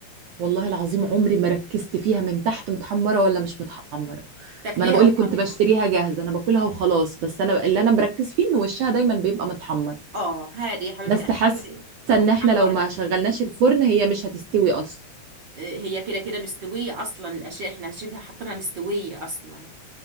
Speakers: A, on the right; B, on the right.
A: والله العظيم عمري ما ركزت فيها من تحت متحمره ولا مش متحمره
B: تاكليها
A: ما انا بقول
B: وخلاص
A: لك كنت بشتريها جاهزه انا باكلها وخلاص بس انا اللي انا مركز فيه ان وشها دايما بيبقى متحمر
B: اه هادي يا حبيبتي
A: بس
B: احب
A: حاسه
B: بيبقوا
A: ان احنا
B: محمر
A: لو ما شغلناش الفرن هي مش هتستوي اصلا
B: آه، هي كده كده مستوية أصلا الأشياء إحنا شبه حاطينها مستوية أصلا